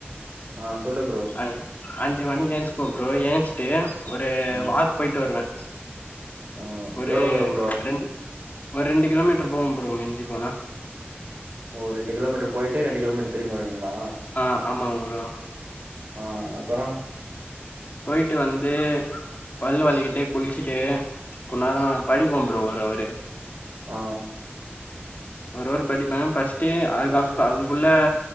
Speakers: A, on the right; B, on the left.
A: ஆ சொல்லு ப்ரோ
B: அஞ் அஞ்சு மணிக்கு ஏஞ்சுப்ப ப்ரோ ஏஞ்சுட்டு ஒரு
A: ஆ
B: வாக் போயிட்டு வருவே
A: ஆ
B: ஒரு
A: எவ்ளோ தூரம் ப்ரோ
B: ரெண் ஒரு ரெண்டு கிலோமீட்டர் போவே ப்ரோ மிஞ்சி போனா
A: ஓ ரெண்டு கிலோமீட்டர் போயிட்டு ரெண்டு கிலோமீட்டர் திரும்பி வருவீங்ளா
B: ஆ ஆமா ப்ரோ
A: ஆ அப்பறோ
B: போய்ட்டு வந்து பல் வெளக்கிட்டு குளிச்சுட்டு கொஞ் நேரோ படிப் ப ப்ரோ ஒரு அவரு
A: ஆ
B: ஒரு அவரு படிப்பே பச்சிட்டு அது கப் அதுக்குள்ள